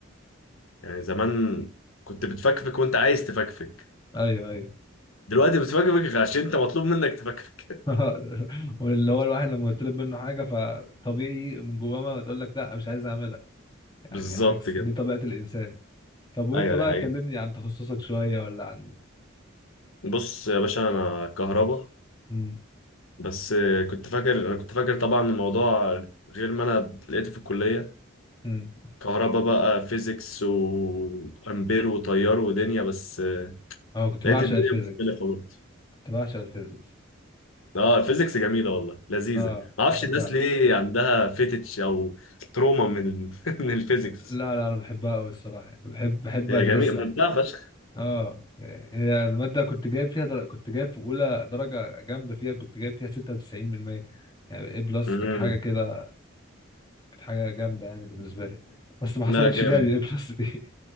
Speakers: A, on the left; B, on the left.
A: يعني زمان كنت بتفكفك وانت عايز تفكفك
B: ايوه ايوه
A: دلوقتي بتفكفك عشان انت مطلوب منك تفكفك
B: <laughs> واللي هو الواحد لما يطلب منه حاجه فطبيعي من جواه ما تقول لك لا مش عايز اعملها
A: <laughs>
B: يعني
A: بالظبط
B: عكس
A: كده
B: دي طبيعه الانسان طب وانت
A: ايوه
B: بقى
A: دي حقيقة
B: كلمني عن تخصصك شوية ولا عن
A: بص يا باشا انا كهربا
B: امم
A: بس كنت فاكر انا كنت فاكر طبعا الموضوع غير ما انا لقيته في الكلية
B: امم
A: كهربا بقى فيزيكس وامبير وتيار ودنيا بس
B: اه كنت
A: لقيت
B: بعشق
A: الدنيا
B: الفيزيكس
A: مختلفة برضه
B: كنت بعشق الفيزيكس
A: اه الفيزيكس جميلة والله لذيذة
B: اه
A: ما اعرفش
B: بحبها
A: الناس ليه عندها فيتش او تروما من <laughs> من الفيزيكس
B: لا لا انا بحبها قوي الصراحة بحب بحب
A: هي
B: ادرسها
A: جميل ممتعة فشخ
B: اه هي المادة كنت جايب فيها در... كنت جايب في اولى درجة جامدة فيها كنت جايب فيها 96% يعني اي بلس
A: امم
B: كانت حاجة كده كانت حاجة جامدة يعني بالنسبة لي بس ما حصلتش
A: لا جامد
B: تاني الاي بلس دي